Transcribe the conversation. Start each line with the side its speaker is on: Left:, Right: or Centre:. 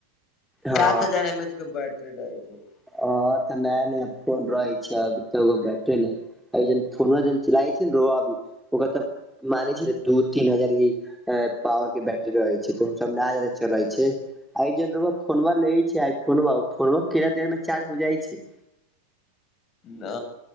Centre: हँ
Left: सात हजार एम एच के बैटरी रहै छै।
Centre: हां तऽ नया-नया फोन रहै छै, अभी तऽ ओकर बैटरी नै अभी जौन फोनवा जौन चलावै छै नै रउवा अभी ओकरा तब मांगे छै तै दू तीन हजार के ई ए पावर के बैटरी रहै छै तऽ ओ सब ना जादा चलै छै। आइ जौन रउवा फोनवा ले छै आइ फोनवा उ फोनवा केतना देर में चार्ज हो जाए छै।
Left: ना